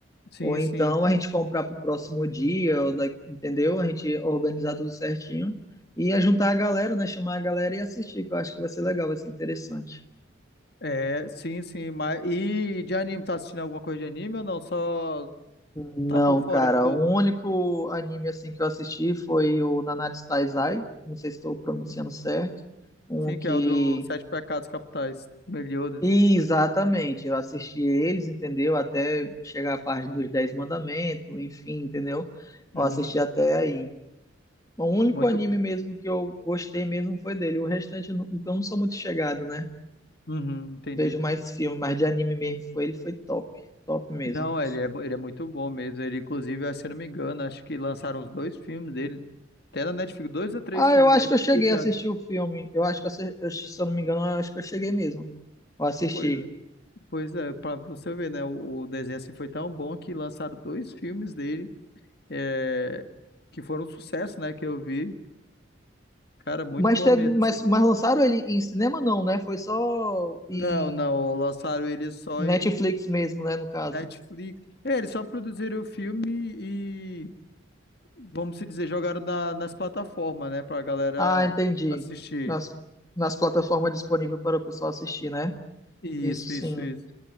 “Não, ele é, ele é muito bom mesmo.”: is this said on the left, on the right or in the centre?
Left